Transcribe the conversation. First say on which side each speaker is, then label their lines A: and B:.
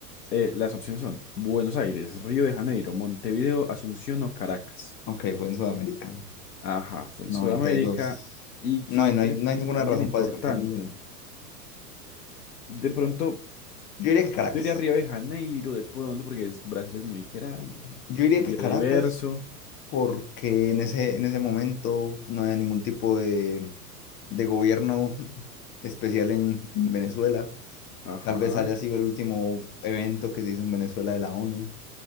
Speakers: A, on the left; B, on the left.
A: eh, las opciones son Buenos Aires, Río de Janeiro, Montevideo, Asunción o Caracas.
B: Ok, fue en Sudamérica,
A: Ajá, fue
B: noventa
A: en Sudamérica.
B: y dos
A: ¿Y quién
B: No, y no
A: crees?
B: hay, no hay ninguna
A: Alguien
B: razón
A: importante.
B: para descartar ninguno.
A: De pronto,
B: Yo diría que Caracas.
A: yo iría a Río de Janeiro, de pronto, porque es, Brasil es muy grande,
B: Yo diría
A: biodiverso.
B: que Caracas porque en ese,
A: Ok,
B: en ese momento no había ningún tipo de, de gobierno <laughs> especial en, en Venezuela.
A: Ajá.
B: Tal vez haya sido el último evento que se hizo en Venezuela de la ONU,